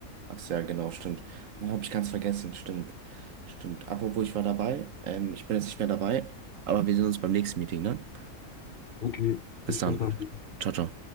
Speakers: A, on the right; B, on the left.
A: Ach ja, genau, stimmt. Ah, hab ich ganz vergessen, stimmt. Stimmt. Apropos, ich war dabei. Ähm, ich bin jetzt nicht mehr dabei, aber wir sehen uns beim nächsten Meeting, ne?
B: Okay,
A: Bis
B: viel Spaß
A: dann.
B: beim
A: Ciao, ciao.